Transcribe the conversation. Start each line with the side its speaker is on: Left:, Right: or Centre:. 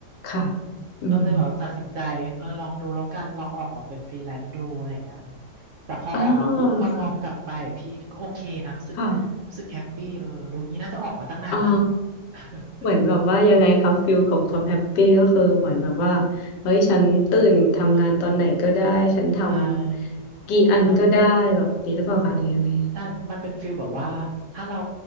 Left: ค่ะอืม
Right: ก็เลยแบบว่าตัดสินใจเออลองดูแล้วกันลองออกมาเป็นฟรีแลนซ์ดูอะไรอย่างเงี้ยแต่พอออกมาปุ๊บพอมองกลับไปพี่ก็โอเคนะรู้สึก
Left: อ้าวค่ะค่ะ
Right: รู้สึกแฮปปี้เออรู้งี้น่าจะออกมาตั้งนานละ
Left: อ๋อ
Right: <laughs>
Left: เหมือนแบบว่ายังไงครับฟิลของความแฮปปี้ก็คือเหมือนแบบว่าเฮ้ยฉันตื่นทำงานตอนไหนก็ได้ฉันท
Right: ใช่
Left: ำกี่อันก็ได้แบบนี้หรือเปล่าคะหรือยังไง
Right: แล้วอืมถ้ามันเป็นฟิลแบบว่าถ้าเรา